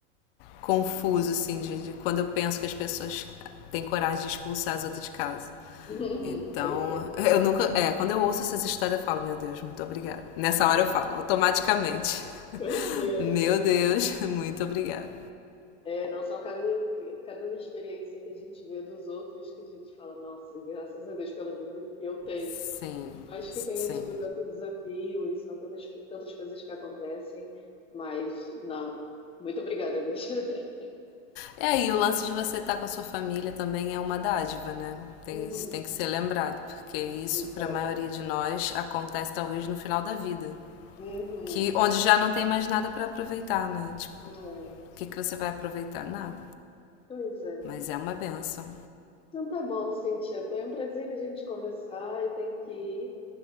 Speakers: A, on the left (about 50°); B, on the left (about 15°).
A: confuso, assim, de, de quando eu penso que as pessoas têm coragem de expulsar as outras de casa.
B: <laughs> uhum,
A: Então,
B: pois é.
A: <laughs> eu nunca. É, quando eu ouço essas histórias, eu falo, meu Deus, muito obrigada. Nessa hora eu falo, automaticamente. <laughs>
B: Pois é,
A: Meu
B: pois
A: Deus,
B: é.
A: muito obrigada.
B: É, não são cada, cada experiência que a gente vê dos outros que a gente fala, nossa, graças a Deus pela vida que eu tenho.
A: Sim,
B: Por mais que tenha
A: sim.
B: tido tanto desafio e são todas, tantas coisas que acontecem, mas não. Muito obrigada, Deus. <laughs>
A: É aí, o lance de você estar com a sua família também é uma dádiva, né? Tem,
B: Uhum,
A: isso tem que ser lembrado, porque isso,
B: exato.
A: para a maioria de nós, acontece talvez no final da vida,
B: Uhum,
A: que onde já não tem mais nada para aproveitar, né? Tipo,
B: é,
A: o que, que você vai aproveitar? Nada.
B: pois é.
A: Mas é uma benção.
B: Então tá bom, Cíntia. Foi um prazer a gente conversar. Eu tenho que ir,